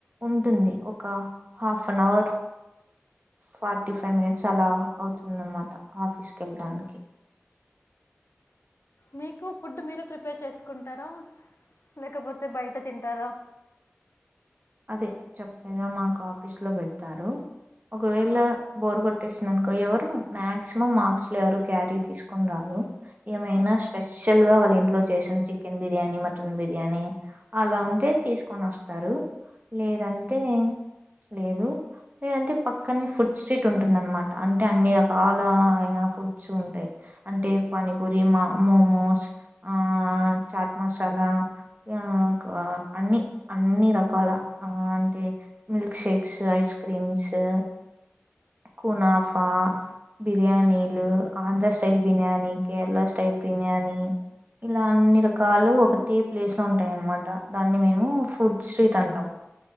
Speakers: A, on the right; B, on the left.
A: ఉంటుంది ఒక హాఫనవర్ ఫార్టీ ఫైవ్ మినిట్స్ అలా అవుతుందన్నమాట ఆఫీస్కేళ్ళడానికి
B: మీకు ఫుడ్ మీరే ప్రిపేర్ చేస్కుంటారా లేకపోతే బయ్ట తింటారా
A: తే చెప్పగా మాకు ఆఫీస్లో పెడ్తారు ఒకవేళ
B: ఆ,
A: బోర్గోట్ ట్టిస్తున్నానుకో ఎవరు మ్యాక్సిమం ఆఫీస్లో ఎవరు క్యారీ తీస్కోని రారు ఏమైనా
B: ఓకే
A: స్పెషల్గా వాళ్ళ ఇంట్లో చేసిం చికెన్ బిర్యానీ మటన్ బిర్యానీ అలా ఉంటే తీస్కొని ఓస్తారు లేదంటే లేదు లేదంటే పక్కనే ఫుడ్ స్ట్రీట్ ఉంటుందనమాట అంటే అన్ని రకాల ఇగ ఫుడ్స్ ఉంటాయ్ అంటే పానీపూరి మా మోమోస్ ఆ చాట్ మసాలా ఇగ ఆ ఇంకా అన్ని అన్ని రక కాల ఆ అంటే మిల్క్ షేక్సు ఐస్ క్రీమ్సు కునాఫా బిర్యానీలు ఆంధ్ర స్టైల్ బిర్యాని కేరళ స్టైల్ బిర్యాని ఇలా అన్ని రకాలు ఒకటే ప్లేస్లో ఉంటాయి అన్నమాట దాన్ని మేము ఫుడ్ స్ట్రీట్ అంటాము